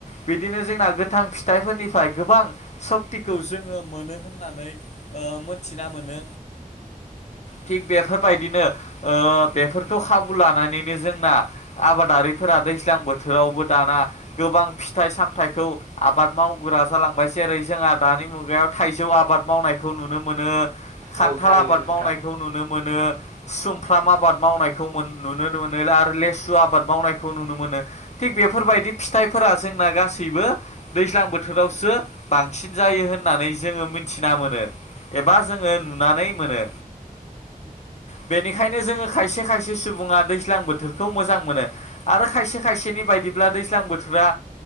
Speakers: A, on the left; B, on the right.
A: बिदिनो जोंना गोथां फिथाइफोरनिफ्राय गोबां सक्तिखौ जोङो मोनो होननानै ओ ओ मोनथिना मोनो। थिग बेफोरबायदिनो ओ बेफोरखौ खाबु लानानैनो जोंना आबादारिफोरा दैज्लां बोथोरावबो दाना गोबां फिथाइ सामथाइखौ आबाद मावो। मावगोरा जालांबाय जेरै जोंहा दानि मुगायाव थाइजौ आबाद मावनायखौ नुनो मोनो। खान्थाल
B: औ थारैनो
A: आबाद
B: नोंथां
A: मावनायखौ नुनो। मोनो, सुमफ्राम आबाद मावनायखौ मोन नुनो मोनो आरो लेसु सु आबाद मावनायखौ नुनो मोनो। थिग बेफोरबायदि फिथाइफोरा जोंना गासैबो दैज्लां बोथोर बोथोरावसो बांसिन जायो होननानै जोङो मिथिना मोनो। एबा जोङो नुनानै मोनो। बेनिखायनो जोङो खायसे खायसे सुबुङा दैज्लां बोथोरखौ मोजां मोनो आरो खायसे खायसेनि बायदिब्ला दैज्लां बोथोरा